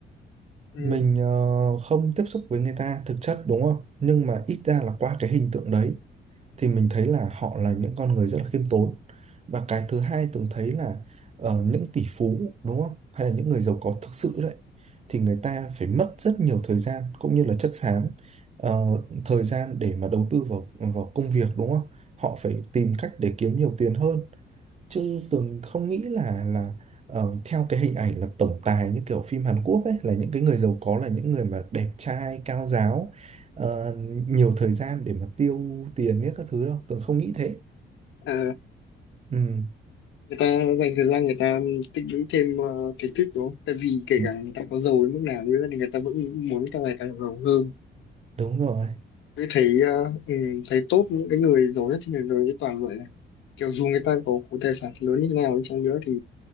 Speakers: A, on the left; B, on the right.
A: ừ,
B: mình ờ, không tiếp xúc với người ta thực chất đúng không nhưng mà ít ra là qua cái hình tượng đấy thì mình thấy là họ là những con người rất là khiêm tốn và cái thứ hai từng thấy là ờ, những tỷ phú đúng không hay là những người giàu có thực sự đấy thì người ta phải mất rất nhiều thời gian cũng như là chất xám ờ, thời gian để mà đầu tư vào vào công việc đúng không họ phải tìm cách để kiếm nhiều tiền hơn chứ Tường không nghĩ là là ờ, theo cái hình ảnh là tổng tài như kiểu phim Hàn Quốc ấy là những cái người giàu có là những người mà đẹp trai cao ráo ờ, nhiều thời gian để mà tiêu tiền biết các thứ đâu Tường không nghĩ thế
A: ờ,
B: ừ,
A: người ta dành thời gian người ta tích lũy thêm ờ, kiến thức đúng không? Tại vì kể
B: đ-
A: cả người ta có giàu đến mức nào đi nữa thì người ta vẫn muốn càng ngày càng giàu hơn.
B: đúng rồi
A: Tôi thấy ờ, ừ, thấy top những cái người giàu nhất trên thế giới toàn vậy này. Kiểu dù người ta có khối tài sản lớn như thế nào đi chăng nữa thì